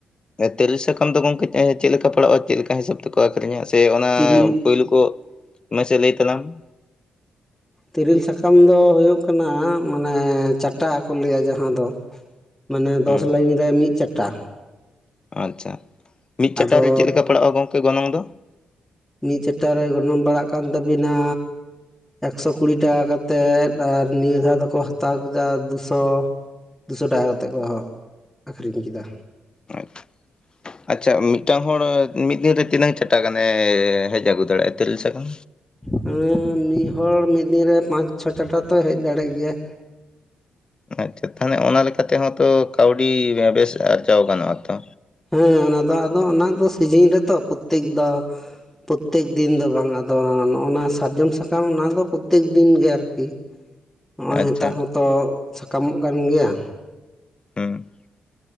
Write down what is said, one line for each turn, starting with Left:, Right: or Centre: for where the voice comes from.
Left: ᱛᱤᱨᱤᱞ ᱥᱟᱠᱟᱢ ᱫᱚ ᱜᱚᱝᱠᱮ ᱪᱮᱫ ᱞᱮᱠᱟ ᱯᱟᱲᱟᱜ-ᱟ ᱪᱮᱫ ᱞᱮᱠᱟ ᱦᱤᱥᱟᱹᱵ ᱛᱮᱠᱚ ᱟᱹᱠᱷᱨᱤᱧᱟ ᱥᱮ ᱚᱱᱟ
Centre: ᱛᱤᱨᱤᱞ
Left: ᱯᱩᱭᱞᱩ ᱠᱩ ᱢᱮᱥᱮ ᱞᱟᱹᱭ ᱛᱟᱞᱟᱝ ᱢᱮ
Centre: ᱛᱤᱨᱤᱞ ᱥᱟᱠᱟᱢ ᱫᱚ ᱦᱩᱭᱩᱜ ᱠᱟᱱᱟ ᱢᱟᱱᱮ ᱪᱟᱴᱟ ᱦᱚᱠᱚ ᱞᱟᱹᱭᱟ ᱡᱟᱦᱟᱸ ᱫᱚ᱾ ᱢᱟᱱᱮ ᱫᱚᱥ
Left: ᱦᱮᱸ
Centre: ᱞᱟᱭᱤᱱ ᱨᱮ ᱢᱤᱫ ᱪᱟᱴᱟ
Left: ᱟᱪᱪᱷᱟ ᱢᱤᱫ ᱪᱟᱴᱟᱨᱮ
Centre: ᱟᱫᱚ
Left: ᱪᱮᱫ ᱞᱮᱠᱟ ᱯᱟᱲᱟᱜ-ᱟ ᱜᱚᱝᱠᱮ ᱜᱚᱱᱚᱝ ᱫᱚ?
Centre: ᱢᱤᱫ ᱪᱟᱴᱟ ᱨᱮ ᱜᱚᱱᱚᱝ ᱯᱟᱲᱟᱜ ᱠᱟᱱ ᱛᱟᱹᱵᱤᱱᱟ ᱮᱠᱥᱚ ᱠᱩᱲᱤ ᱴᱟᱠᱟ ᱠᱟᱛᱮᱜ ᱟᱨ ᱱᱤᱭᱟᱹ ᱫᱷᱟᱣ ᱫᱚᱠᱚ ᱦᱟᱛᱟᱣ ᱠᱮᱫᱟ ᱫᱩᱥᱚ᱾ ᱫᱩᱥᱚ ᱴᱟᱠᱟ ᱠᱟᱛᱮᱜ ᱠᱚ ᱦᱚ ᱟᱹᱠᱷᱨᱤᱧ ᱠᱮᱫᱟ᱾
Left: ᱟᱡ ᱟᱪᱪᱷᱟ ᱢᱤᱫᱴᱟᱝ ᱦᱚᱲ ᱢᱤᱫ ᱫᱤᱱ ᱨᱮ ᱛᱤᱱᱟᱹᱜ ᱪᱟᱴᱟ ᱜᱟᱱᱮ ᱦᱮᱡ ᱟᱹᱜᱩ ᱫᱟᱲᱮᱭᱟᱜᱼᱟ ᱛᱤᱨᱤᱞ ᱥᱟᱠᱟᱢ
Centre: ᱦᱮᱸ ᱢᱤᱫ ᱦᱚᱲ ᱢᱤᱫ ᱫᱤᱱ ᱨᱮ ᱯᱟᱸᱪ ᱪᱷᱚ ᱪᱟᱴᱟ ᱛᱚ ᱦᱮᱡ ᱫᱟᱲᱭᱟᱜ ᱜᱮᱭᱟ᱾
Left: ᱟᱪᱪᱷᱟ ᱛᱟᱦᱚᱞᱮ ᱚᱱᱟ ᱛᱮᱦᱚᱸ ᱛᱚ ᱠᱟᱹᱣᱰᱤ ᱵᱮᱥ ᱟᱨᱡᱟᱣ ᱜᱟᱱᱚᱜᱼᱟ ᱛᱚ
Centre: ᱦᱮᱸ ᱚᱱᱟ ᱫᱚ ᱟᱫᱚ ᱚᱱᱟ ᱫᱚ ᱥᱤᱡᱤᱱ ᱨᱮᱛᱚ ᱯᱨᱚᱛᱮᱠ ᱫᱟᱶ ᱯᱨᱚᱛᱮᱠ ᱫᱤᱱ ᱫᱚ ᱵᱟᱝ ᱟᱫᱚ ᱱᱚᱜᱼᱱᱟ ᱥᱟᱨᱡᱚᱢ ᱥᱟᱠᱟᱢ ᱚᱱᱟ ᱫᱚ ᱯᱨᱚᱛᱮᱠ ᱫᱤᱱ ᱜᱮ ᱟᱨᱠᱤ᱾ ᱦᱚᱸᱜᱼᱚᱭ
Left: ᱟᱪᱪᱷᱟ
Centre: ᱱᱮᱛᱟᱨ ᱦᱚᱸᱛᱚ ᱥᱟᱠᱟᱢᱚᱜ ᱠᱟᱱ ᱜᱮᱭᱟ᱾
Left: ᱦᱮᱸ